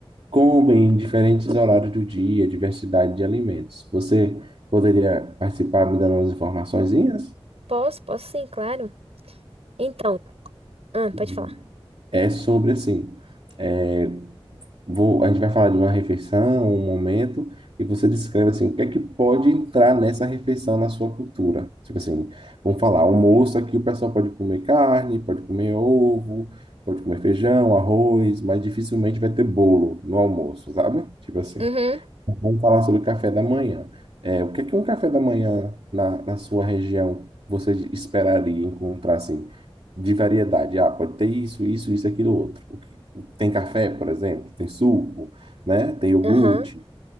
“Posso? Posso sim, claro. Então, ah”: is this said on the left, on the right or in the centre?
Right